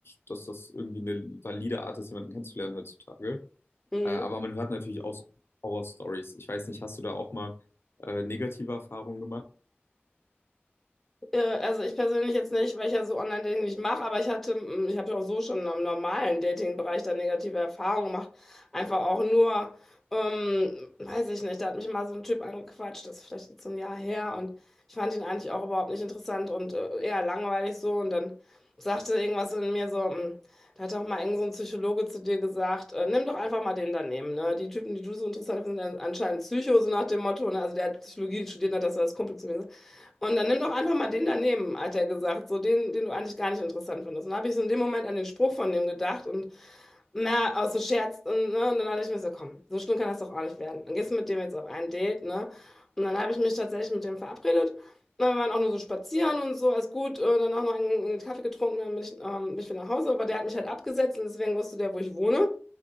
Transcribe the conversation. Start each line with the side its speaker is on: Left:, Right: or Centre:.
Left: dass das irgendwie eine valide Art ist, jemanden kennenzulernen heutzutage.
Centre: Mhm.
Left: Äh, aber man hört natürlich auch so Horror-Stories. Ich weiß nicht, hast du da auch mal äh, negative Erfahrungen gemacht?
Centre: Äh, Also ich persönlich jetzt nicht, weil ich ja so Online-Dating nicht mache, aber ich hatte, mm, ich habe ja auch so schon im normalen Dating-Bereich da negative Erfahrungen gemacht. Einfach auch nur, ähm, weiß ich nicht, da hat mich mal so ein Typ angequatscht, das ist vielleicht jetzt so ein Jahr her und ich fand ihn eigentlich auch überhaupt nicht interessant und äh, eher langweilig so und dann sagte irgendwas in mir so, mm, da hat auch mal irgend so ein Psychologe zu dir gesagt, äh, nimm doch einfach mal den daneben, ne? Die Typen, die du so interessant findest, sind anscheinend Psycho, so nach dem Motto, ne? Also der hat Psychologie studiert, hat das als Kumpel zu mir und dann nimm doch einfach mal den daneben, hat er gesagt, so den, den du eigentlich gar nicht interessant findest. Und dann habe ich so in dem Moment an den Spruch von dem gedacht und na, aus so Scherz. Und, ne, und dann dachte ich mir so, komm, so schlimm kann das doch auch nicht werden. Dann gehst du mit dem jetzt auf ein Date, ne? Und dann habe ich mich tatsächlich mit dem verabredet. Und wir waren auch nur so spazieren und so, alles gut. äh, Dann auch noch einen, einen Kaffee getrunken, dann bin ich, ähm, bin ich wieder nach Hause. Aber der hat mich halt abgesetzt und deswegen wusste der, wo ich wohne.